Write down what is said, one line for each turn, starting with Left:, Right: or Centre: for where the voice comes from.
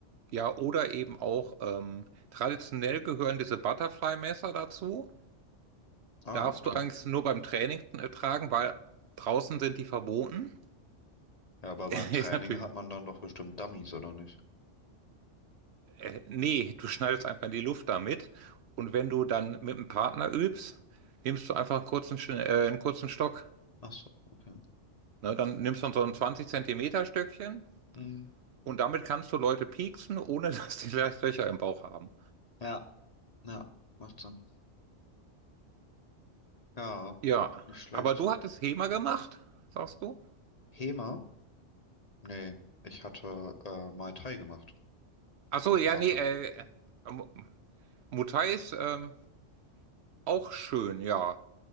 Right: Ja, oder eben auch ähm, traditionell gehören diese Butterfly-Messer dazu.
Left: Ah,
Right: Darfst
Left: okay.
Right: du eigentlich nur beim Training äh, tragen, weil draußen sind die verboten.
Left: Ja, aber
Right: <laughs>
Left: beim Training
Right: Ist natürlich.
Left: hat man dann doch bestimmt Dummies, oder nicht?
Right: Äh, nee, du schneidest einfach in die Luft damit. Und wenn du dann mit einem Partner übst, nimmst du einfach einen kurzen, Sch- äh, einen kurzen Stock.
Left: Ach so, okay.
Right: Ne, dann nimmst du so ein 20 Zentimeter Stöckchen
Left: Mhm.
Right: und damit kannst du Leute pieksen, ohne <laughs> dass die gleich Löcher im Bauch haben.
Left: Ja, ja, macht Sinn. Ja,
Right: Ja,
Left: nicht schlecht.
Right: aber du hattest HEMA gemacht, sagst du?
Left: HEMA? Nee, ich hatte äh, Muay Thai gemacht,
Right: Ach so,
Left: Karate.
Right: ja, nee, äh, Mu- Muay ist ähm, auch schön, ja.